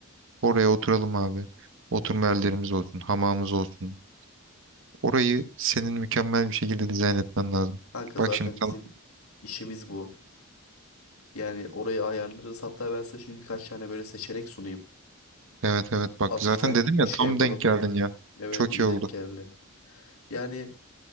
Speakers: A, on the right (about 65°); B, on the left (about 70°).
A: Oraya oturalım abi. Oturma yerlerimiz olsun, hamamımız olsun. Orayı senin mükemmel bir şekilde dizayn etmen lazım.
B: Kanka
A: Bak
B: zaten
A: şimdi
B: bizim
A: tam,
B: işimiz bu. Yani orayı ayarlarız. Hatta ben size şimdi birkaç tane böyle seçenek sunayım.
A: evet evet bak
B: Hafiften
A: zaten dedim ya
B: şey
A: tam
B: yapalım.
A: denk geldin ya.
B: Evet
A: Çok
B: iyi
A: iyi oldu.
B: denk geldi. Yani